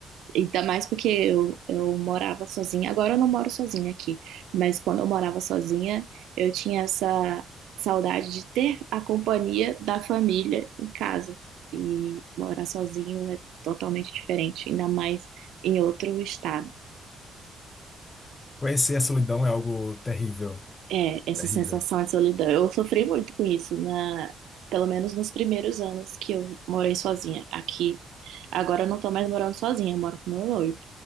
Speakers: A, on the right; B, on the left.
A: ainda mais porque eu, eu morava sozinha. Agora eu não moro sozinha aqui, mas quando eu morava sozinha, eu tinha essa saudade de ter a companhia da família em casa. E morar sozinho é totalmente diferente, ainda mais em outro estado.
B: Conhecer a solidão é algo terrível.
A: É, essa
B: Terrível.
A: sensação de solidão. Eu sofri muito com isso, na, pelo menos nos primeiros anos que eu morei sozinha aqui. Agora eu não tô mais morando sozinha, eu moro com meu noivo.